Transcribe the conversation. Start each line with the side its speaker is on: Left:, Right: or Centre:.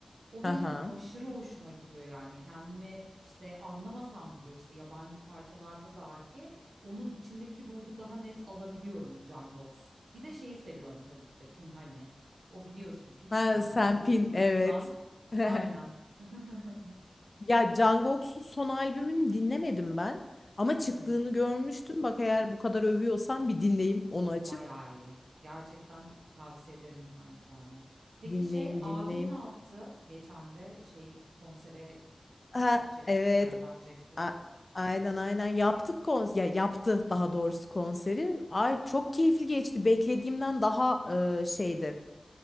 Right: O benim
Left: Aha.
Right: aşırı hoşuma gidiyor yani. Kendimi işte anlamasam bile işte yabancı parçalarda dahi onun içindeki ruhu daha net alabiliyorum Cangox. Bir de şeyi seviyorum tabii ki de Pinhane. O biliyorsun fix
Left: Ha,
Right: zaten
Left: sen
Right: çocukluğumuzdan.
Left: pin evet. <laughs>
Right: Aynen. <laughs>
Left: Ya Jungkook'un son albümünü dinlemedim ben. Ama çıktığını
Right: Hı hı.
Left: görmüştüm. Bak eğer bu kadar övüyorsan bir dinleyeyim onu açıp.
Right: Bayağı iyi. Gerçekten tavsiye ederim kanki yani. Peki
Left: Dinleyeyim
Right: şey abin
Left: dinleyeyim.
Right: ne yaptı? Geçen de şey konsere
Left: Ha,
Right: gidecekti
Left: evet.
Right: yani verecekti.
Left: A- aynen aynen yaptık konser. Ya yaptı daha doğrusu konseri. Ay çok keyifli geçti. Beklediğimden daha e, şeydi.